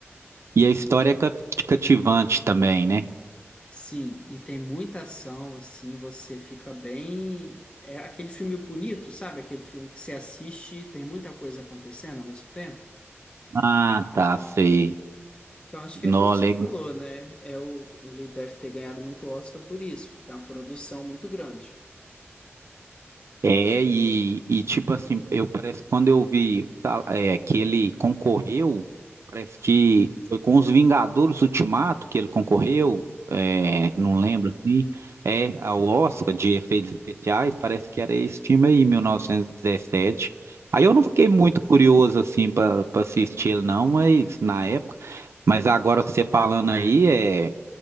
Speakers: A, on the right (about 65°); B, on the left (about 20°).
A: E a história é ca- cativante também, né?
B: Sim, e tem muita ação, assim, você fica bem. É aquele filme bonito, sabe? Aquele filme que você assiste, e tem muita coisa acontecendo ao mesmo tempo.
A: Ah, tá, sei.
B: Então, acho
A: Não,
B: que é, foi o que
A: legal.
B: você falou, né? É o, ele deve ter ganhado muito Oscar por isso, porque é uma produção muito grande.
A: É, e, e tipo assim, eu parece que quando eu vi tá, é, que ele concorreu, parece que foi com os Vingadores Ultimato que ele concorreu, é,
B: Ó,
A: não lembro assim, é ao Oscar de efeitos especiais, parece que era esse filme aí, 1917. Aí eu não fiquei muito curioso assim para assistir ele não, mas na época, mas agora você falando aí, é.